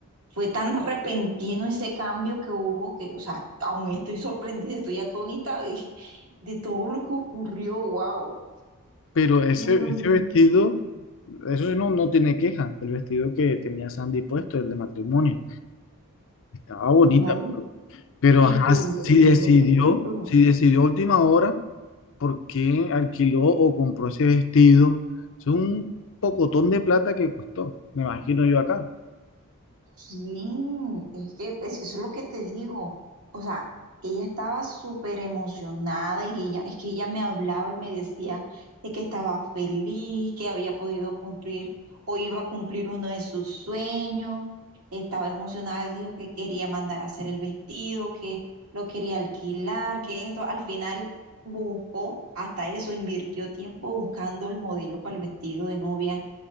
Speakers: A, on the right; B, on the left.
A: fue tan repentino ese cambio que hubo que, o sea, aún estoy sorprendida, estoy atónita de, de todo lo que ocurrió, wow.
B: pero ese,
A: No, no, no,
B: ese vestido,
A: no.
B: eso sí no, no tiene queja, el vestido que tenía Sandy puesto, el de matrimonio, estaba bonita,
A: No, y
B: Pero
A: y
B: ajá,
A: tuvieron
B: si decidió,
A: lo que costó.
B: si decidió a última hora, ¿por qué alquiló o compró ese vestido? Es un pocotón de plata que costó, me imagino yo acá.
A: Sí, es que es- eso es lo que te digo. O sea, ella estaba súper emocionada y ella, es que ella me hablaba y me decía de que estaba feliz, que había podido cumplir o iba a cumplir uno de sus sueños. Estaba emocionada, dijo que quería mandar a hacer el vestido, que lo quería alquilar, que esto. Al final buscó hasta eso, invirtió tiempo buscando el modelo para el vestido de novia